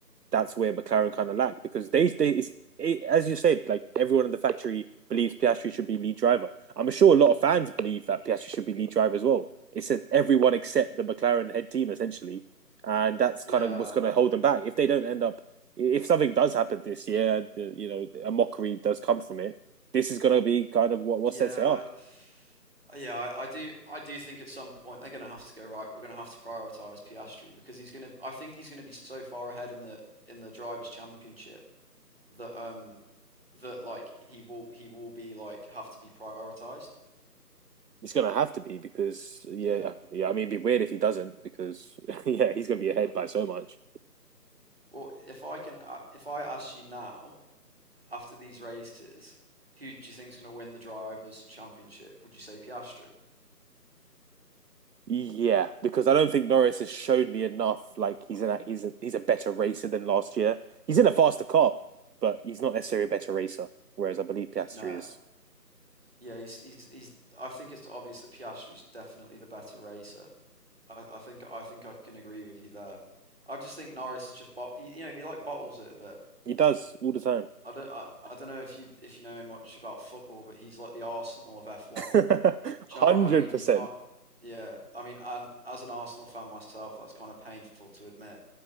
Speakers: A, on the right (about 75°); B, on the right (about 35°).
A: that's where McLaren kind of lacked because they they it's, it, as you said, like everyone in the factory believes Piastri should be lead driver. I'm sure a lot of fans believe that Piastri should be lead driver as well. It's everyone except the McLaren head team essentially, and that's
B: Yeah,
A: kind of what's going to hold them back. If they don't end up, if something does happen this year, the, you know, a mockery does come from it. This is going to be kind of what what
B: yeah,
A: sets it up.
B: I, yeah. I, I do, I do think at some point they're going to have to go right. We're going to have to prioritize Piastri because he's going to. I think he's going to be so far ahead in the in the Drivers' Championship that um that like he will he will be like have to be prioritized.
A: It's going to have to be because yeah,
B: Yeah.
A: yeah. I mean, it'd be weird if he doesn't because <laughs> yeah, he's going to be ahead by so much.
B: Well, if I can, a- if I ask you now after these races, who do you think's going to win the Drivers' Championship? Would you say Piastri?
A: Yeah, because I don't think Norris has showed me enough. Like he's an he's a, he's a better racer than last year. He's in a faster car, but he's not necessarily a better racer. Whereas I believe Piastri
B: No.
A: is.
B: Yeah, he's he's he's. I think it's obvious that Piastri's definitely the better racer. I, I think I think I can agree with you there. I just think Norris just bot you know he like bottles it a bit.
A: He does all the time,
B: I don't I, I don't know if you if you know much about football, but he's like the Arsenal of F1.
A: <laughs>
B: Do
A: hundred
B: you know what I mean?
A: percent.
B: He can't. Yeah, I mean, and as an Arsenal fan myself, that's kind of painful to admit.